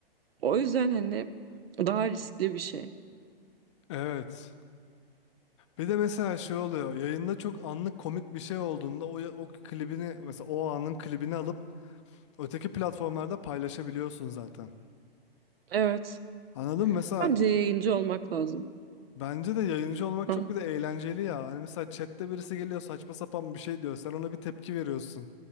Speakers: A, on the right; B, on the left.
A: O yüzden hani daha riskli bir şey.
B: Evet. Bir de mesela şey oluyor. Yayında çok anlık komik bir şey olduğunda o, o klibini mesela o anın klibini alıp öteki platformlarda paylaşabiliyorsun zaten.
A: Evet.
B: Anladım. Mesela
A: Bence yayıncı olmak lazım.
B: bence de yayıncı olmak
A: Ha.
B: çok bir de eğlenceli ya. Hani mesela chatte birisi geliyor saçma sapan bir şey diyor. Sen ona bir tepki veriyorsun.